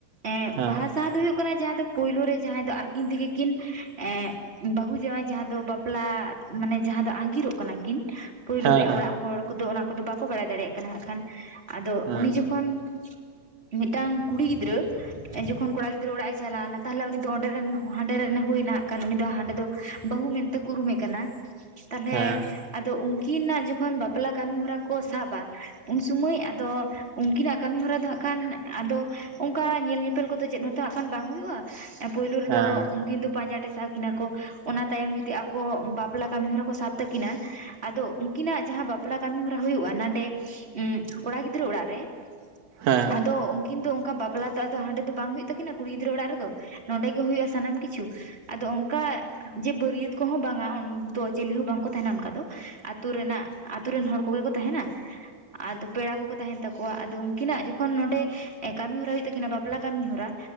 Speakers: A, on the right; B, on the right.
A: ᱮᱜ
B: ᱦᱮᱸ
A: ᱵᱟᱦᱟ ᱥᱟᱸᱣᱦᱟ ᱫᱚ ᱦᱩᱭᱩᱜ ᱠᱟᱱᱟ ᱡᱟᱦᱟᱸ ᱫᱚ ᱯᱳᱭᱞᱳ ᱨᱮ ᱡᱟᱦᱟᱸᱭ ᱫᱚ ᱟᱹᱠᱤᱱ ᱛᱮᱜᱮ ᱠᱤᱱ ᱮᱜᱸ ᱵᱟᱹᱦᱩ ᱡᱟᱶᱟᱭ ᱡᱟᱦᱟᱸ ᱫᱚ ᱵᱟᱯᱞᱟ ᱢᱟᱱᱮ ᱡᱟᱦᱟᱸ ᱫᱚ ᱟᱸᱜᱤᱨᱚᱜ ᱠᱟᱱᱟ ᱠᱤᱱ ᱯᱳᱭᱞᱳ
B: ᱦᱮᱸ
A: ᱨᱮ ᱚᱲᱟᱜ
B: ᱦᱮᱸ
A: ᱦᱚᱲ ᱠᱚᱫᱚ ᱚᱱᱟ ᱠᱚᱫᱚ ᱵᱟᱠᱚ ᱵᱟᱲᱟᱭ ᱫᱟᱲᱮᱭᱟᱜ ᱠᱟᱱᱟ ᱦᱟᱸᱜ ᱠᱷᱟᱱ᱾ ᱟᱫᱚ
B: ᱦᱮᱸ
A: ᱩᱱᱤ ᱡᱚᱠᱷᱚᱱ ᱢᱤᱫᱴᱟᱝ ᱠᱩᱲᱤ ᱜᱤᱫᱽᱨᱟᱹ ᱮ ᱡᱚᱠᱷᱚᱱ ᱠᱚᱲᱟ ᱜᱤᱫᱽᱨᱟᱹ ᱚᱲᱟᱜ ᱮ ᱪᱟᱞᱟᱣᱱᱟ ᱛᱟᱦᱚᱞᱮ ᱩᱱᱤ ᱫᱚ ᱚᱸᱰᱮ ᱨᱮᱱ ᱦᱟᱸᱰᱮ ᱨᱮᱱᱮ ᱦᱩᱭᱱᱟ ᱦᱟᱜᱠᱷᱟᱱ ᱩᱱᱤ ᱫᱚ ᱦᱟᱸᱰᱮ ᱫᱚ ᱵᱟᱹᱦᱩ ᱢᱮᱱ ᱛᱮᱠᱚ ᱩᱨᱩᱢᱮ ᱠᱟᱱᱟ᱾ ᱛᱟᱞᱦᱮ
B: ᱦᱮᱸ
A: ᱟᱫᱚ ᱩᱝᱠᱤᱱᱟᱜ ᱡᱚᱠᱷᱚᱱ ᱵᱟᱯᱞᱟ ᱠᱟᱹᱢᱤ ᱦᱚᱨᱟ ᱠᱚ ᱥᱟᱵᱟ ᱩᱱ ᱥᱚᱢᱟᱹᱭ ᱟᱫᱚ ᱩᱱᱠᱤᱱᱟᱜ ᱠᱟᱹᱢᱤ ᱦᱚᱨᱟ ᱫᱚ ᱦᱟᱸᱜ ᱠᱷᱟᱱ ᱟᱫᱚ ᱚᱝᱠᱟ ᱧᱮᱞ ᱧᱮᱯᱮᱞ ᱠᱚᱫᱚ ᱪᱮᱫ ᱦᱚᱸᱛᱚ ᱦᱟᱸᱜᱠᱷᱟᱱ ᱵᱟᱝ ᱦᱩᱭᱩᱜᱼᱟ᱾ ᱮ ᱯᱳᱭᱞᱳ ᱨᱮᱫᱚ
B: ᱦᱮᱸ
A: ᱩᱱᱠᱤᱱ ᱫᱚ ᱯᱟᱸᱡᱟ ᱴᱮᱥᱟᱣ ᱠᱤᱱᱟᱹ ᱠᱚ᱾ ᱚᱱᱟ ᱛᱟᱭᱚᱢ ᱡᱩᱫᱤ ᱟᱠᱚ ᱵᱟᱯᱞᱟ ᱠᱟᱹᱢᱤ ᱦᱚᱨᱟ ᱠᱚ ᱥᱟᱵ ᱛᱟᱹᱠᱤᱱᱟ ᱟᱫᱚ ᱩᱱᱠᱤᱱᱟᱜ ᱡᱟᱦᱟᱸ ᱵᱟᱯᱞᱟ ᱠᱟᱹᱢᱤ ᱦᱚᱨᱟ ᱦᱩᱭᱩᱜ-ᱟ ᱱᱟᱸᱰᱮ᱾ ᱩᱸᱜ ᱠᱚᱲᱟ ᱜᱤᱫᱽᱨᱟᱹ ᱚᱲᱟᱜ ᱨᱮ᱾
B: ᱦᱮᱸ
A: ᱟᱫᱚ ᱠᱤᱱᱛᱩ ᱚᱱᱠᱟ ᱵᱟᱯᱞᱟ ᱫᱚ ᱟᱫᱚ ᱦᱟᱸᱰᱮ ᱫᱚ ᱵᱟᱝ ᱦᱩᱭᱩᱜ ᱛᱟᱹᱠᱤᱱᱟ ᱠᱩᱲᱤ ᱜᱤᱫᱽᱨᱟᱹ ᱚᱲᱟᱜ ᱨᱮᱫᱚ᱾ ᱱᱚᱸᱰᱮ ᱜᱮ ᱦᱳᱭᱳᱼᱟ ᱥᱟᱱᱟᱢ ᱠᱤᱪᱷᱩ᱾ ᱟᱫᱚ ᱚᱱᱠᱟ ᱡᱮ ᱵᱟᱹᱨᱭᱟᱹᱛ ᱠᱚᱦᱚᱸ ᱵᱟᱝᱟ ᱩᱱ ᱫᱚ ᱪᱮᱞᱤ ᱦᱚᱸ ᱵᱟᱝᱠᱚ ᱛᱟᱦᱮᱱᱟ ᱚᱱᱠᱟ ᱫᱚ᱾ ᱟᱹᱛᱩ ᱨᱮᱱᱟᱜ ᱟᱹᱛᱩ ᱨᱮᱱ ᱦᱚᱲ ᱠᱚᱜᱮ ᱠᱚ ᱛᱟᱦᱮᱱᱟ᱾ ᱟᱫᱚ ᱯᱮᱲᱟ ᱠᱚᱠᱚ ᱛᱟᱦᱮᱱ ᱛᱟᱠᱚᱣᱟ᱾ ᱟᱫᱚ ᱩᱱᱠᱤᱱᱟᱜ ᱡᱚᱠᱷᱚᱱ ᱱᱚᱸᱰᱮ ᱮ ᱠᱟᱹᱢᱤᱦᱚᱨᱟ ᱦᱩᱭᱩᱜ ᱛᱟᱹᱠᱤᱱᱟ ᱵᱟᱯᱞᱟ ᱠᱟᱹᱢᱤᱦᱚᱨᱟ᱾